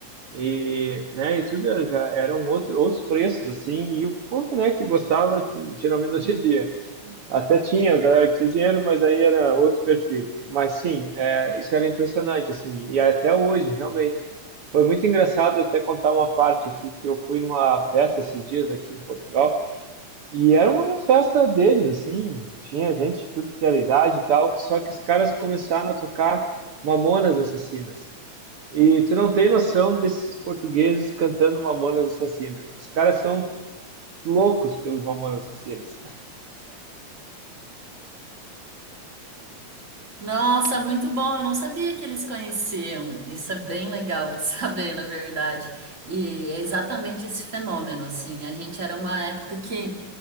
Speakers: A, on the right; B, on the right.
A: e, né, e tudo era- já eram outro, outros preços assim, e o povo, né, que gostava geralmente não tinha dinheiro. Até tinha a galera que tinha dinheiro, mas aí era outro perfil. Mas sim, é, isso era impressionante assim, e até hoje realmente foi muito engraçado Eu até contar uma parte aqui que eu fui numa festa esses dias aqui em Portugal. E era uma festa deles, assim, tinha gente de tudo que era idade e tal, só que os caras começaram a tocar Mamonas Assassinas. E tu não tem noção desses portugueses cantando Mamonas Assassinas. Os caras são loucos pelos Mamonas Assassinas.
B: Nossa, muito bom. Eu não sabia que eles conheciam. Isso é bem legal de <laughs> saber, na verdade. E é exatamente esse fenômeno, assim. A gente era uma época que